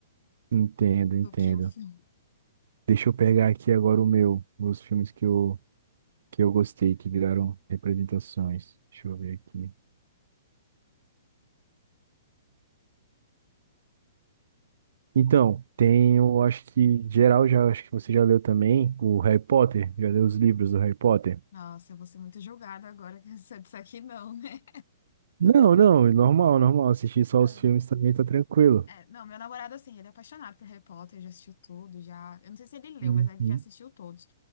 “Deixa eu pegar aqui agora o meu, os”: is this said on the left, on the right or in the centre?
Right